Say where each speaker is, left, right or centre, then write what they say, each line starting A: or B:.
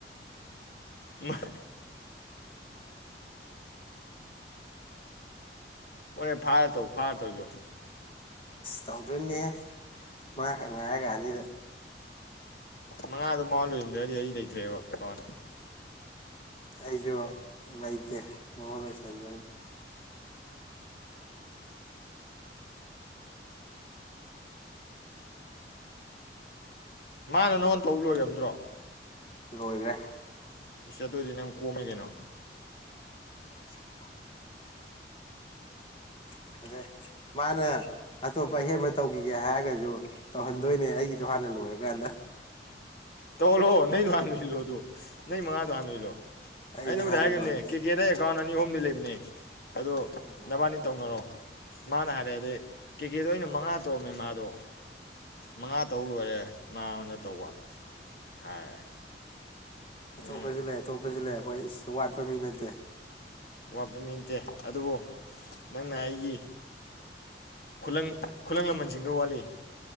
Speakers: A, on the left; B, on the left.
A: ꯃꯥ ꯍꯣꯔꯦ ꯐꯥꯔ ꯇꯧ ꯐꯥꯔ ꯇꯧ ꯏꯂꯣ
B: ꯇꯧꯗꯣꯏꯅꯦ ꯃꯥꯈꯛ ꯉꯥꯏꯔꯒ ꯑꯅꯤꯗ
A: ꯃꯉꯥꯗꯣ ꯃꯥꯥꯎꯟ ꯂꯣꯏꯔꯝꯗ꯭ꯔꯗꯤ ꯑꯩ ꯂꯩꯇ꯭ꯔꯦꯕ ꯑꯦꯀꯥꯎꯟ
B: ꯑꯩꯁꯨ ꯂꯩꯇꯦ ꯃꯉꯣꯟ ꯂꯣꯏꯁꯟꯗꯣꯏꯅꯤ
A: ꯃꯥꯅ ꯅꯉꯣꯟ ꯇꯧ ꯂꯣꯏꯔꯝꯗ꯭ꯔꯣ
B: ꯂꯣꯏꯈ꯭ꯔꯦ
A: ꯑꯗꯨ ꯑꯣꯢꯗꯤ ꯅꯪ ꯀꯣꯝꯃꯦ ꯀꯩꯅꯣ
B: ꯑ <inaudible> <inaudible> ꯑꯗ ꯃꯥꯅꯦ ꯑꯇꯣꯞꯄ ꯑꯍꯦꯟꯕ ꯇꯧꯈꯤꯒꯦ ꯍꯥꯏꯔꯒꯁꯨ ꯇꯧꯍꯟꯗꯣꯏꯅꯦ ꯑꯩꯒꯤꯗꯣ ꯍꯥꯟꯅ ꯂꯣꯏꯔꯀꯥꯟꯗ
A: ꯇꯧ ꯑꯣꯜꯂꯣꯑꯣ ꯅꯪꯗ ꯍꯥꯟ ꯂꯣꯏ ꯏꯜꯂꯣ ꯑꯗꯨ ꯅꯪ ꯃꯉꯥꯗꯣ ꯍꯥꯟ ꯂꯣꯏ ꯏꯜꯂꯣ
B: ꯑꯩꯁꯦ
A: ꯑꯩꯅꯕꯨꯗꯤ
B: ꯍꯥꯟꯅ
A: ꯍꯥꯏꯈꯤꯕꯅꯦ
B: ꯂꯣꯏꯔꯀꯥꯟꯗ
A: ꯀꯦ ꯀꯦꯗ ꯑꯦꯀꯥꯎꯟ ꯑꯅꯤ ꯑꯍꯨꯝꯗꯤ ꯂꯩꯕꯅꯦ ꯑꯗꯣ
B: ꯎꯝ
A: ꯅꯕꯥꯅꯤ ꯇꯧꯅꯔꯣ ꯃꯥꯅ ꯍꯥꯏꯔꯛꯦ ꯑꯗꯩ ꯀꯦꯀꯦꯗꯣ ꯑ ꯑꯣꯏꯅ ꯃꯉꯥ ꯇꯣꯑꯝꯃꯦ ꯃꯥꯗꯣ ꯃꯉꯥ ꯇꯧ ꯂꯣꯏꯔꯦ ꯃꯥꯅ ꯇꯧꯕ ꯍꯥꯏ
B: ꯑꯇꯣꯞꯄꯁꯨ
A: ꯎꯝ
B: ꯂꯩ ꯑꯇꯣꯞꯄꯁꯨ ꯂꯩ ꯑꯩꯈꯣꯏ ꯏꯁꯁꯨ ꯋꯥꯠꯄ ꯃꯤ ꯅꯠꯇꯦ
A: ꯋꯥꯠꯄ ꯃꯤ ꯅꯠꯇꯦ ꯑꯗꯨꯕꯨ ꯅꯪꯅ ꯑꯩꯒꯤ ꯈꯨꯂꯪ ꯈꯨꯂꯪ ꯂꯃꯟꯁꯤꯡꯗꯣ ꯋꯥꯠꯂꯤ